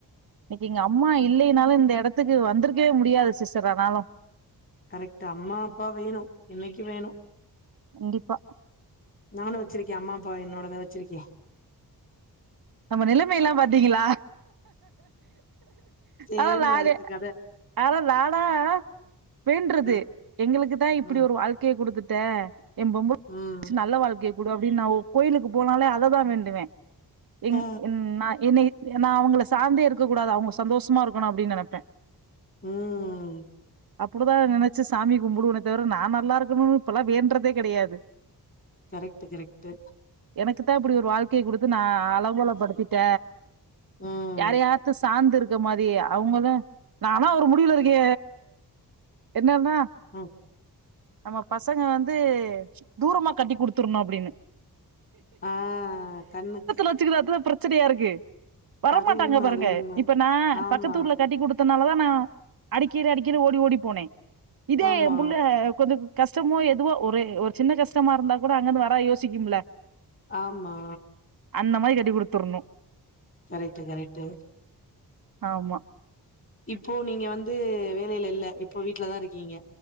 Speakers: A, on the right (about 65°); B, on the left (about 35°).
A: இன்னைக்கு எங்க அம்மா இல்லைனாலு இந்த எடத்துக்கு வந்திருக்கவே முடியாது சிஸ்டர் ஆனாலு
B: கரெக்ட் அம்மா அப்பா வேணு என்னைக்கு வேணு
A: கண்டிப்பா
B: நானு வச்சிருக்கே அம்மா அப்பா என்னோடதா வச்சிருக்கே
A: நம்ம நிலைம எல்லா பாத்தீங்களா
B: சேமா
A: அதா நானே
B: இருக்கு கத.
A: ஆன நானா வேன்றது
B: அ
A: எங்களுக்கு தா இப்டி
B: அ.
A: ஒரு வாழ்க்கைய கொடுத்துட் ட எ பொம்பள
B: ம்.
A: நல்ல வாழ்க்கை கு டு அப்டினு நா கோயிலுக்கு போனாலே அததா வேண்டுவே இங்
B: ஆ
A: ன் நா என்ன நா அவங்கள சார்ந்தே இருக்க கூடாது அவங்க சந்தோஷமா இருக்கணு அப்டினு நெனப்பே
B: ம்ம்
A: அப்டிதா நினைச்சு சாமி கும்புடுவேனே தவிர நா நல்லா இருக்குணுனு இப்பெல்லா வேன்றதே கெடையாது
B: கரெக்ட் கரெக்ட்
A: க்குதா இப்டி ஒரு வாழ்கைய குடுத்து நா அலங்கோலபடுத்திட்ட
B: ம்
A: யார யாரது சாந்து இருக் அவுங்ங மாரியே அவங்களு நாலா ஒரு முடிவுலுருக்கே என்னன்னா
B: ம்
A: நம்ம பசங்க வந்து தூரமா கட்டி குடுத்துருணு அப்டினு
B: ஆஹ் கண்ணுக்கு
A: வச்சுக்குறது பிரச்சனையா இருக்கு வரமாட்டாங்க
B: அது உண்ம
A: பாருங்க
B: அது உண்ம.
A: இப்ப நா
B: ஆமா,
A: பக்கத்தூர்ல கட்டி குடுத்த அதனால தா நா அடிக்கடி அடிக்கடி ஓடி ஓடி போனே இதே
B: ஆமா,
A: ஏ புள்ள கொஞ்ச கஷ்டமோ எதுவோ ஒரு ஒரு சின்ன கஷ்டமா இருந்தா கூட அங்கிருந்து வரா யோசிக்குமுல
B: ஆமா
A: அந்த மாரி கட்டி குடுத்துறணு
B: கரெக்டு கரெக்டு
A: ஆமா
B: இப்போ நீங்க வந்து வேலையில இல்ல இப்போ வீட்லதா இருக்கீங்க